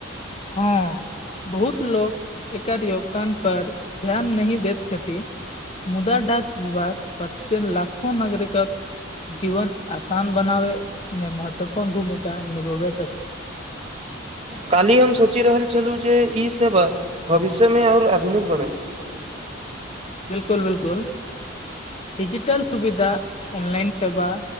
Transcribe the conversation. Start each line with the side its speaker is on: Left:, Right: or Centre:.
Left: हँऽ बहुत लोक एकर योगदान पर ध्यान नहि दैत छथि मुदा डाक विभाग पाचों लाखो नागरिकक जीवन आसान बनावै मे महत्वपूर्ण भूमिका निभाबैत अछि
Right: काल्हि हम सोचि रहल छलहुँ जे ई सेवा भविष्यमे आओर आधुनिक बनत
Left: बिलकुल बिलकुल डिजिटल सुविधा ऑनलाइन सेवा